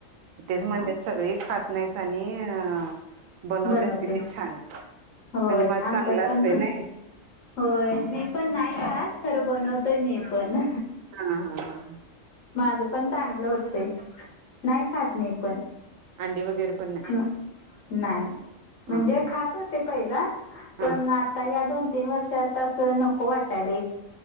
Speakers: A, on the right; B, on the left.
A: तेच म्हणजे
B: हा
A: सगळी खात नाहीस आणि अ बनवतेस
B: बनवते
A: किती छान
B: होय
A: आणि मला
B: आमच्यात
A: चांगलं असते
B: पण
A: ना
B: होय मी पण नाही खात खरं बनवतोय मी पण
A: हा हा हा ह
B: माझ पण चांगलं होतय नाही खात नाही पण
A: अंडी वगैरे पण नाही
B: नाही
A: ह
B: म्हणजे खात होते पहिला पण
A: ह
B: आता या दोन तीन वर्षात अस नको वाटायला